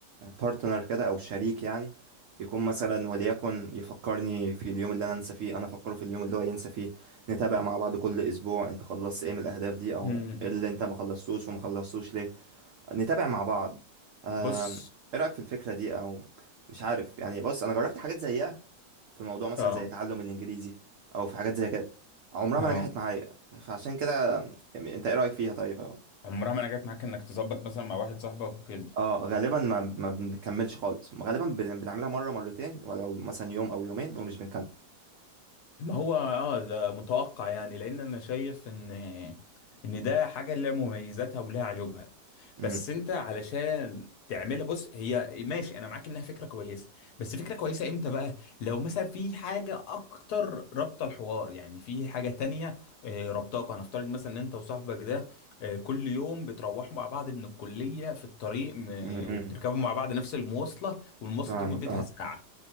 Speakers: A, on the right (about 80°); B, on the left (about 70°).
A: بارتنر كده او شريك يعني يكون مثلا وليكن يفكرني في اليوم اللي انا انسى فيه انا افكره في اليوم اللي هو ينسى فيه نتابع مع بعض كل اسبوع انت خلصت ايه من الاهداف دي او
B: مم.
A: إيه اللي انت ما خلصتوش وما خلصتوش ليه نتابع مع بعض آم،
B: بص
A: ايه رأيك في الفكرة دي او مش عارف يعني بص انا جربت حاجات زيها في موضوع مثلا
B: اه
A: زي تعلم الانجليزي او في حاجات زي كده عمرها ما
B: اه
A: نجحت معايا فعشان كده يعني انت ايه رأيك فيها طيب أو.
B: عمرها ما انا جت معاك انك تظبط مثلا مع واحد صاحبك وكده
A: اه غالبا ما ما بنكملش خالص غالبا بن- بنعملها مرة مرتين ولو مثلا يوم او يومين ومش بنكمل
B: ما هو اه ده متوقع يعني لان انا شايف ان ان ده حاجه لها مميزاتها ولها عيوبها
A: امم
B: بس انت علشان تعملها بص هي ماشي انا معاك انها فكره كويسه بس فكره كويسه امتى بقى لو مثلا في حاجه اكتر رابطه الحوار يعني في حاجه تانية آه، رابطاكوا هنفترض مثلا ان انت وصاحبك ده آه، كل يوم بتروحوا مع بعض من الكليه في الطريق م-
A: امم
B: وبتركبوا مع بعض نفس المواصله والمواصله
A: فاهمك
B: دي مدتها
A: اه
B: ساعه